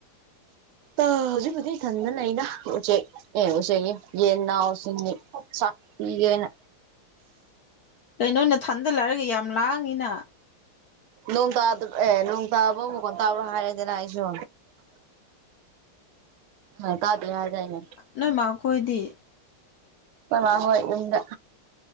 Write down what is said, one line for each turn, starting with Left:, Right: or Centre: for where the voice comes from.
Right: ꯑ ꯍꯧꯖꯤꯛ ꯍꯧꯖꯤꯛ ꯏꯊꯟꯗ ꯂꯩꯅ ꯎꯆꯦꯛ ꯑꯦ ꯍꯁꯔꯤ ꯌꯦꯅ ꯍꯁꯤꯃꯤꯅꯤ ꯁꯤꯒꯦꯅ
Left: ꯀꯩꯅꯣꯅ ꯊꯟꯗ ꯂꯩꯔꯒ ꯌꯥꯝ ꯂꯥꯡꯉꯤꯅ
Right: ꯅꯣꯡ ꯇꯥ ꯑꯦ ꯅꯣꯡ ꯇꯥꯕ ꯑꯃꯨꯛ ꯀꯣꯟ ꯇꯥꯕ꯭ꯔꯥ ꯍꯥꯏꯔꯗꯅ ꯑꯩꯁꯨ ꯍ ꯇꯥꯕꯤ ꯍꯥꯏꯥꯏꯅ
Left: ꯅꯣꯏ ꯃꯥ ꯀꯣꯏꯗꯤ
Right: ꯑ ꯍꯣꯏ ꯏꯗ